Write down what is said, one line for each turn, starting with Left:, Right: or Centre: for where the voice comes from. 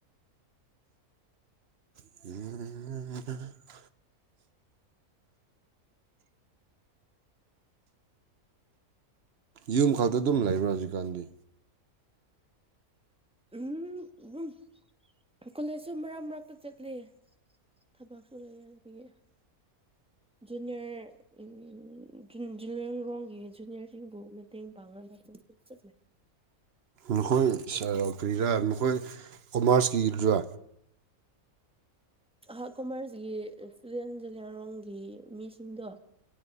Right: <unintelligible> ꯎꯝꯝ ꯌꯨꯝ ꯈꯛꯇ ꯑꯗꯨꯝ ꯂꯩꯕ꯭ꯔꯥ ꯍꯧꯖꯤꯛꯀꯥꯟꯗꯤ
Centre: ꯎꯝ ꯎꯝ ꯀꯣꯂꯦꯖꯁꯨ ꯃꯔꯛ ꯃꯔꯛꯇ ꯆꯠꯂꯤ ꯊꯕꯛꯁꯨ ꯂꯩꯌꯦ ꯑꯗꯨꯗꯒꯤ ꯖꯨꯅꯤꯌꯔ ꯎ ꯖꯔ ꯔꯣꯝꯒꯤ ꯖꯨꯅꯤꯌꯔꯁꯤꯡꯕꯨ ꯃꯇꯦꯡ ꯄꯥꯡꯅꯕ ꯆꯠꯂꯩ
Right: ꯅꯈꯣꯏ ꯁꯥꯔꯔ ꯀꯔꯤꯔ ꯃꯈꯣꯏ ꯀꯣꯃꯥꯔꯁꯀꯤꯗꯨꯔꯥ
Centre: ꯑꯍ ꯀꯣꯃꯔꯁꯒꯤ ꯁꯇꯨꯗꯦꯟ ꯖꯨꯅꯤꯌꯥꯔꯣꯡꯒꯤ ꯃꯤꯁꯤꯡꯗꯣ